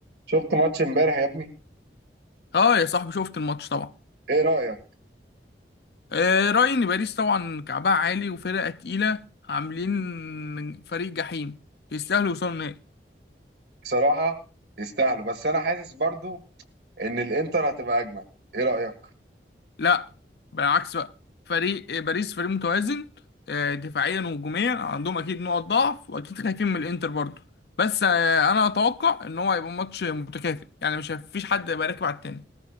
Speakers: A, on the right; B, on the left.
A: شفت ماتش امبارح يا ابني
B: اه يا صاحبي شفت الماتش طبعا
A: ايه رأيك
B: آه رأيي ان باريس طبعا كعبها عالي وفرقة تقيلة عاملين فريق جحيم يستاهلوا يوصلوا النهائي
A: بصراحة يستاهلوا بس انا حاسس برضو ان الانتر هتبقى اجمل ايه رأيك
B: لا بالعكس بقى فريق آه، باريس فريق متوازن آه دفاعيا وهجوميا عندهم اكيد نقط ضعف واكيد خايفين من الانتر برضو بس آه انا اتوقع ان هو هيبقى ماتش متكافئ يعني مش هيفيش حد هيبقى راكب على التاني